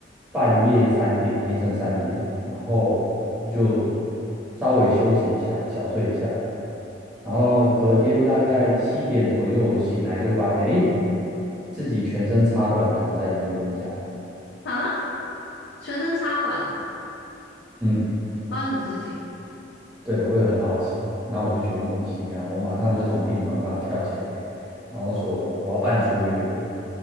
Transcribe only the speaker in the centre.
半夜三点，凌晨三点，然后就稍微休息一下，小睡一下。然后隔天大概七点左右醒来，就发现诶，自己全身插管躺在医院这样，
嗯。
对，我也很好奇，然后我就觉得莫名其妙，我马上就从病床上跳起来，然后说我要办出院，